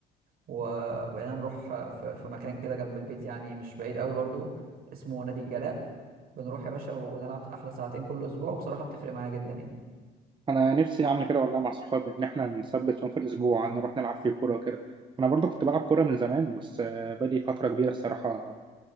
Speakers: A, on the right; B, on the right.
A: و- وبقينا نروح في في مكان كده جنب البيت يعني مش بعيد قوي برضو اسمه نادي الجلاء بنروح يا باشا ونلعب احلى ساعتين كل اسبوع وبصراحة بتفرق معايا جدا يعني
B: انا نفسي اعمل كده والله مع صحابي ان احنا نثبت يوم في الاسبوع نروح نلعب فيه كوره وكده انا برضو كنت بلعب كوره من زمان بس آه، بقالي فتره كبيره الصراحه